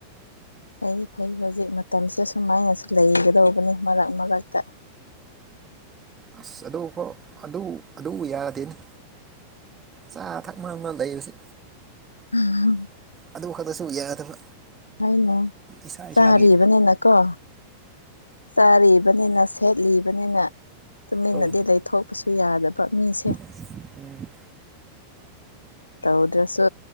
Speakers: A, on the left; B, on the right.
A: ꯐꯩ ꯐꯩ ꯍꯧꯖꯤꯛ ꯃꯇꯝꯁꯦ ꯁꯨꯃꯥꯏꯅꯁꯨ ꯂꯩꯒꯗꯧꯕꯅꯤ ꯃꯔꯛ ꯃꯔꯛꯇ
B: ꯑꯁ ꯑꯗꯨꯐꯥꯎ ꯑꯗꯨ ꯑꯗꯨ ꯌꯥꯗꯦꯅꯦ ꯆꯥ ꯊꯛ ꯃꯝꯗ ꯂꯩꯔꯁꯨ
A: ꯎꯝꯝ <unintelligible>
B: ꯑꯗꯨ ꯈꯛꯇꯁꯨ ꯌꯥꯗꯕ
A: ꯍꫭꯏꯅꯦ
B: ꯏꯁꯥ
A: ꯆꯥꯔꯤꯕꯅꯤꯅꯀꯣ
B: ꯏꯁꯥꯒꯤ
A: ꯆꯥꯔꯤꯕꯅꯤꯅ ꯁꯦꯠꯂꯤꯕꯅꯤꯅ ꯇꯨꯃꯤꯟꯅꯗꯤ
B: ꯑꯧ
A: ꯂꯩꯊꯣꯛꯄꯁꯨ ꯌꯥꯗꯕ ꯃꯤꯁꯦ
B: ꯎꯝ
A: ꯇꯧꯗ꯭ꯔꯁꯨ